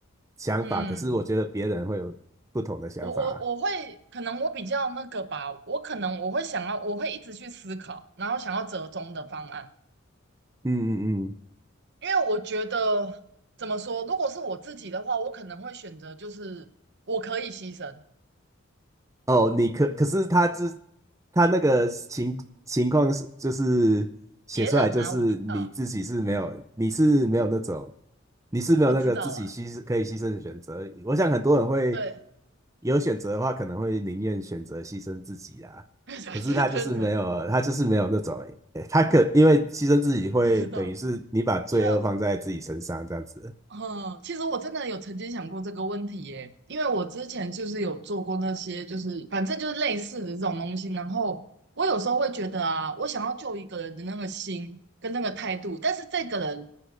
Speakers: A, on the right (about 15°); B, on the right (about 60°).
A: 想法，
B: <laughs> 嗯。
A: 可是我觉得别人会有不同的想法。
B: 我我我会可能我比较那个吧，我可能我会想要，我会一直去思考，然后想要折中的方案，
A: 嗯嗯嗯
B: 因为我觉得怎么说，如果是我自己的话，我可能会选择就是我可以牺牲
A: 哦，你可可是他之他那个情情况是就是写出来就是你自己是没有，
B: 别人啊，我知道，
A: 你是没有那种，你是没有那个自己牺可以牺牲的选择。
B: 我知道啦，
A: 我想很多人会
B: 对，
A: 有选择的话，可能会宁愿选择牺牲自己啊。
B: <laughs> 对对对，
A: 可是他就是没有，他就是没有那种，诶他可因为牺牲自己会等于是你把罪恶放在自己身上这样子。
B: 我知道，因为嗯，其实我真的有曾经想过这个问题耶，因为我之前就是有做过那些，就是反正就是类似的这种东西。然后我有时候会觉得啊，我想要救一个人的那个心跟那个态度，但是这个人，